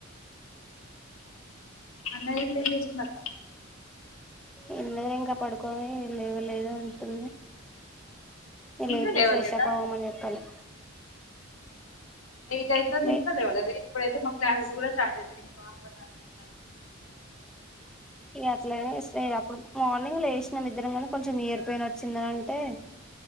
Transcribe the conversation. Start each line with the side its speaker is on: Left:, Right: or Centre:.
Left: అన్నయ్య ఇప్పుడేం చేస్తుండు అక్క
Centre: ఏం లేదు ఇంకా పడుకోవాలి లేవో లేదో అంటు
Left: ఇంకా
Centre: లేపి
Left: లేవలేదా
Centre: ఫ్రెష్ అప్ అవ్వమని చెప్పలే
Left: ఎయిట్ ఐతుంది
Centre: లే
Left: ఇంకా లేవలేదా ఇప్పుడైతే మా క్లాసెస్ కూడా స్టార్ట్ అవుతాయి ఇంకా అఫన్నా రైతే
Centre: ఇగ అట్లాగ వస్తయ్ ఇగ అప్పుడు మార్నింగ్ లేసినం ఇద్దరం గనీ, కొంచెం ఇయర్ పెయిన్ వచ్చిందనంటే